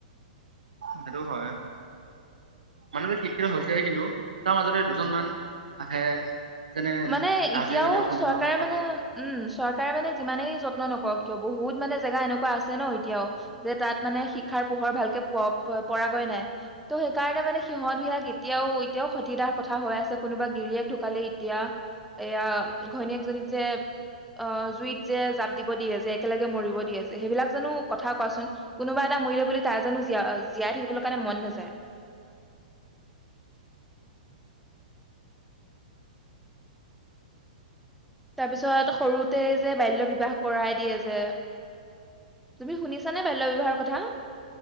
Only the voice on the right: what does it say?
সেইটো হয়, মানুহ শিক্ষিত হৈছেহে কিন্তু তাৰ মাজতে দুজন মান আহে যেনে
আজিকালি অসমীয়া
সমাজত